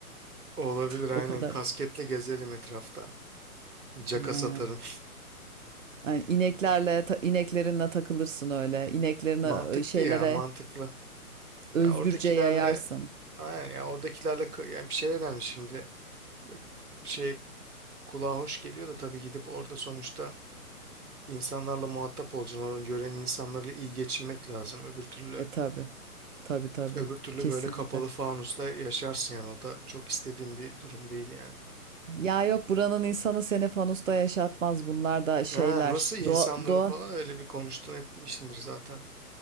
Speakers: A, on the right (about 80°); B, on the right (about 60°).
A: Olabilir aynen.
B: O kadar.
A: Kasketle gezelim etrafta. Caka
B: Aynen.
A: satarım.
B: Yani ineklerle ta- ineklerinle takılırsın öyle. İneklerine
A: <laughs> Mantıklı
B: e, şeylere
A: ya mantıklı.
B: Özgürce
A: Ya oradakilerle
B: yayarsın.
A: aynen ya oradakilerle k- yani bir şey önemli şimdi. Şey kulağa hoş geliyor da tabii gidip orada sonuçta insanlarla muhatap olacaksın. Onun gören insanlarla iyi geçinmek lazım. Öbür türlü
B: E tabi, tabi tabi,
A: öbür türlü
B: Kesinlikle.
A: böyle kapalı fanusta yaşarsın yani o da çok istediğim bir durum değil yani.
B: Ya yok buranın insanı seni fanusta yaşatmaz. Bunlar da şeyler.
A: Ha, nasıl insanları
B: Doğa, doğa,
A: falan öyle bir konuştun etmişsindir zaten.